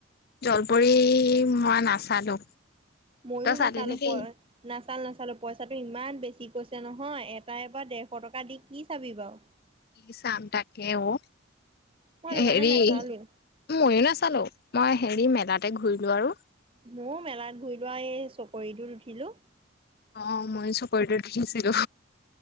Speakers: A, on the left (about 50°); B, on the right (about 25°).
A: জলপৰি মই নাচালো
B: ময়ো
A: তই চালি
B: নাচালো
A: নেকি?
B: প নাচাল নাচালো পইচাটো ইমান বেছি কৈছে নহয় তাই পৰা ডেৰশ টকা দি কি চাবি বাৰু
A: কি চাম তাকে অ
B: মই সেইটো
A: হেৰি
B: কাৰণে নাচালোৱে।
A: ময়ো নাচালো মই হেৰি মেলাতে ঘূৰিলো আৰু
B: ময় মেলাত ঘূৰি লোৱা এই চকৰিটোত উঠিলো
A: অ মই চকৰিটোত উঠিছিলো